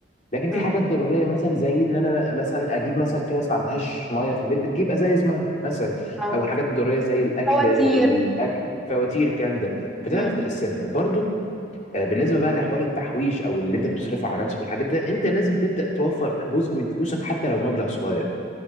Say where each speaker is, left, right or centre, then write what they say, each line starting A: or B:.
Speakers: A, on the left; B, in the centre.
A: لكن في
B: مم.
A: حاجات ضروريه مثلا زي ان انا مثلا اجيب مثلا في ناس ما عندهاش ميه في البيت بتجيب ازايز ميه مثلا
B: اه
A: او الحاجات الضروريه زي الاكل
B: فواتير
A: الاكل فواتير الكلام ده فتعرف
B: مم.
A: تقسمها برضو آه، بالنسبه بقى لحوار التحويش او اللي انت بتصرفه على نفسك والحاجات ده انت لازم تبدا توفر جزء من فلوسك حتى لو مبلغ صغير